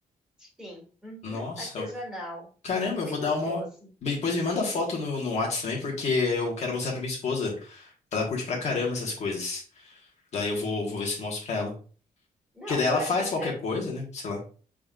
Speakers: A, in the centre; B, on the left (about 50°).
A: Sim, Uhum,
B: Nossa.
A: artesanal,
B: eu- Caramba, eu
A: bem
B: vou
A: gostoso.
B: dar uma. Depois me manda foto no, no Whats também, porque eu quero mostrar pra minha esposa. Ela curte pra caramba essas coisas. Daí eu vou, vou ver se mostro pra ela.
A: Não,
B: Porque daí
A: foi
B: ela faz
A: assim, extre-
B: qualquer coisa, né? Sei lá.